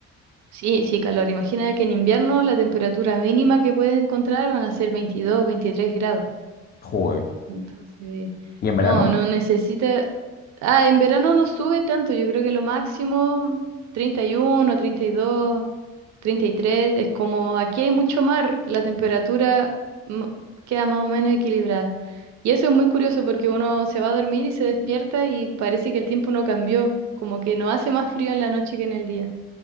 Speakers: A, on the right; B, on the left.
A: Sí, sí, calor. Imagina que en invierno la temperatura mínima que puedes encontrar van a ser 22, 23 grados.
B: Joder.
A: Entonces,
B: ¿Y en
A: no,
B: verano?
A: no necesita. Ah, en verano no sube tanto, yo creo que lo máximo treinta treinta y y uno treinta y dos treinta y tres es como aquí hay mucho mar, la temperatura mo- queda más o menos equilibrada. Y eso es muy curioso porque uno se va a dormir y se despierta y parece que el tiempo no cambió, como que no hace más frío en la noche que en el día.